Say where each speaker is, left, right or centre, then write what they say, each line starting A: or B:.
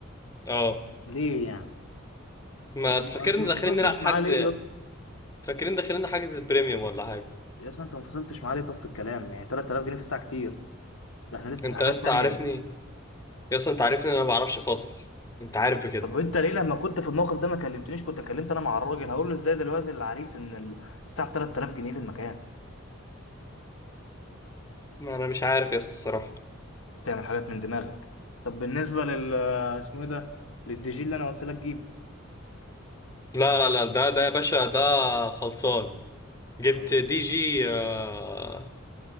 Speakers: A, on the left; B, on the left.
A: اه
B: ليه يعني
A: ما
B: انت
A: تفكرني
B: م... انت ما
A: داخلين
B: فصلتش
A: نلعب حجز
B: معاه ليه يا اسطى
A: فاكرين داخلين حاجز بريميوم ولا حاجه
B: يا اسطى انت ما فصلتش معاه ليه طب في الكلام يعني 3000 جنيه في الساعه كتير ده احنا لسه
A: انت
B: في حاجات
A: يا اسطى
B: تانية
A: عارفني يا اسطى انت عارفني إن انا ما بعرفش فاصل انت عارف بكده
B: طب انت ليه لما كنت في الموقف ده ما كلمتنيش كنت كلمت انا مع الراجل هقول له ازاي دلوقتي للعريس ان ال- الساعه 3000 جنيه في المكان
A: ما انا مش عارف يا اسطى الصراحه
B: تعمل حاجات من دماغك طب بالنسبة لل اسمه ايه ده للدي جي اللي انا قلت لك جيب
A: لا لا لا ده ده يا باشا ده خلصان جبت
B: خلص
A: دي
B: معايا
A: جي آه